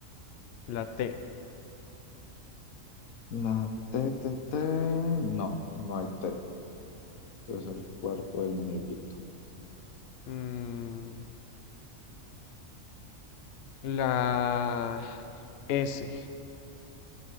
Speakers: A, on the left; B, on the left.
A: la T.
B: La T, T, T. No, no hay T. Entonces el cuerpo del muñequito.
A: Mm, la S.